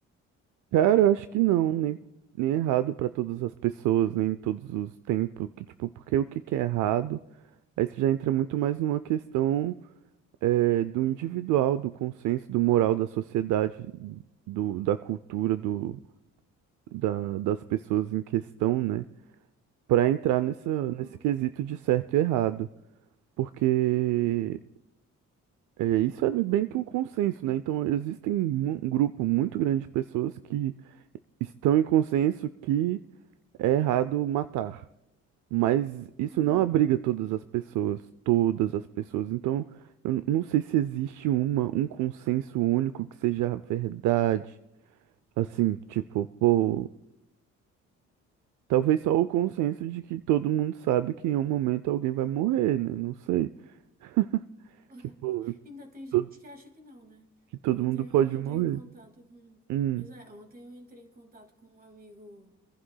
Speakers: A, on the right; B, on the right.
A: Cara, eu acho que não, nem, nem é errado pra todas as pessoas, nem em todos os tempos, que tipo, porque o que que é errado, aí você já entra muito mais numa questão eh, do individual, do consenso, do moral da sociedade, do, da cultura, do, da, das pessoas em questão, né? Pra entrar nessa,
B: Uhum.
A: nesse quesito de certo e errado, porque eh, isso é bem que um consenso, né? Então, existem mu- um grupo muito grande de pessoas que estão em consenso que é errado matar, mas isso
B: Uhum.
A: não abriga
B: <laughs>
A: todas as pessoas, todas as pessoas. Então, eu n- não sei se existe uma, um consenso único que seja a verdade. Assim, tipo, pô, talvez só o consenso de que todo mundo sabe que em um momento alguém vai morrer, né? Não sei. <laughs>
B: Ah,
A: Tipo,
B: Ainda tem gente
A: to-
B: que acha que não, né?
A: que todo
B: Ontem
A: mundo pode
B: eu entrei
A: morrer.
B: em contato com.
A: Hum,
B: Pois é, ontem eu entrei em contato com um amigo,